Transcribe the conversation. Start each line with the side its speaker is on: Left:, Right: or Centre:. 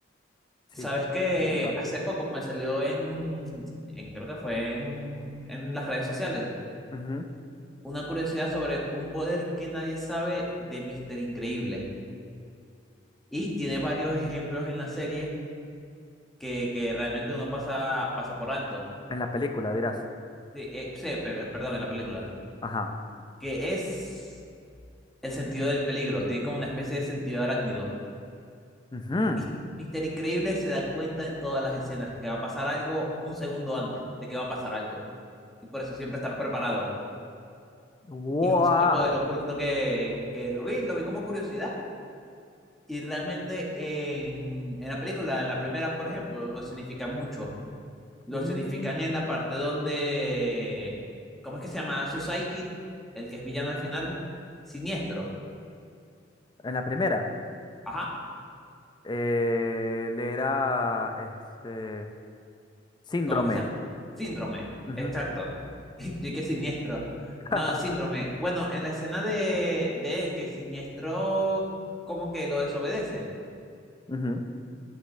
Left: Sí,
Centre: Sabes que
Left: brutal.
Centre: hace poco me salió en, en creo que fue en, en las redes sociales,
Left: Ujú.
Centre: una curiosidad sobre un poder que nadie sabe de Mister Increíble. Y tiene varios ejemplos en la serie que, que realmente uno pasa, pasa por alto.
Left: En la película, dirás.
Centre: Sí, eh, sí, per- perdón, en la película.
Left: Ajá.
Centre: Que es el sentido del peligro. Tiene como una especie de sentido arácnido.
Left: Ujú.
Centre: Mis- Mister Increíble se da cuenta en todas las escenas que va a pasar algo un segundo antes de que va a pasar algo. Y por eso siempre está preparado.
Left: ¡Guau!
Centre: Y es un superpoder oculto que, que lo vi, lo vi como curiosidad. Y realmente en, en la película, en la primera, por ejemplo, lo significan mucho. Lo
Left: Mm.
Centre: significan en la parte donde, ¿cómo es que se llama? Su sidekick, el que es villano al final, siniestro.
Left: En la primera,
Centre: Ajá.
Left: eh, le era, este, síndrome.
Centre: ¿Cómo es que se llama? Síndrome,
Left: Ujú.
Centre: exacto. <laughs> Yo que siniestro.
Left: <laughs>
Centre: No, síndrome. Bueno, en la escena de, de él, que siniestro como que lo desobedece.
Left: Ujú.